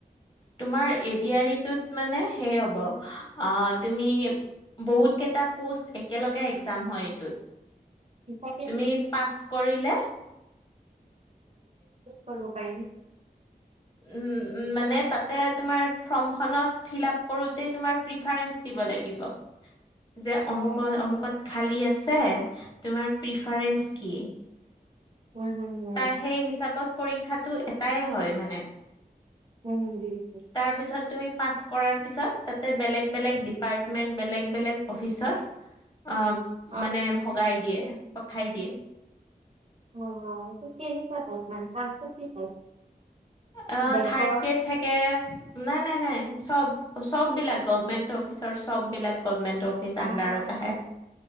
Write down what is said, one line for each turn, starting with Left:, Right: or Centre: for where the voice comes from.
Left: তোমাৰ এডিয়াৰিটোত মানে সেই হ'ব আহ তুমি বহুত কেইটা পোষ্ট একেলগে একজাম হয় এইটোত।
Right: <inaudible> নিজে
Left: তুমি
Right: চৰ্চ
Left: পাছ কৰিলে
Right: কৰিব পাৰি নে
Left: উম উম্ মানে তাতে তোমাৰ ফৰ্মখনত ফিল আপ কৰোঁতে তোমাৰ প্ৰিফাৰেন্ঞ্চ দিব লাগিব।
Right: <inaudible>
Left: যে অমুকত
Right: হম
Left: অমুকত খালী আছে তোমাৰ প্ৰিফাৰেন্ঞ্চ কি।
Right: হম্ হম্ হম্।
Left: তাৰ সেই হিচাপত পৰীক্ষাটো এটাই হয় মানে।
Right: উম <inaudible>
Left: তাৰপিছত তুমি পাছ কৰাৰ পিছত তাতে বেলেগ বেলেগ ডিপাৰ্টমেণ্ট বেলেগ বেলেগ অফিচত অ
Right: অ
Left: মানে ভগাই দিয়ে পঠাই দিয়ে।
Right: অ এইটো কেনেকুৱা ধৰণৰ কামটো? কি টাইপ
Left: অহ
Right: বেংকৰ
Left: থাৰ্ড গ্ৰেড থাকে নাই নাই নাই চব চব বিলাক গভমেন্ট অফিচৰ চব বিলাক গভমেন্টৰ। পিচ
Right: অ
Left: আণ্ডাৰত আহে।